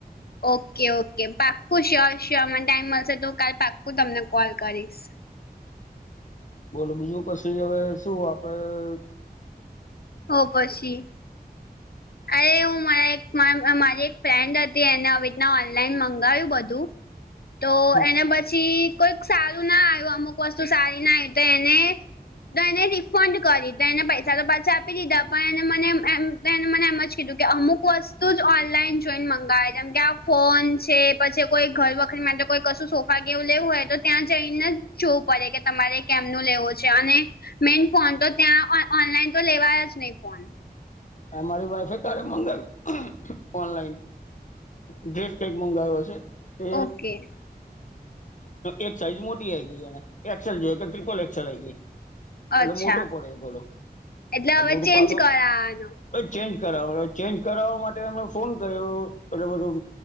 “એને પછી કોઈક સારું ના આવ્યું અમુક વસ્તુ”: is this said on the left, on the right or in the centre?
Left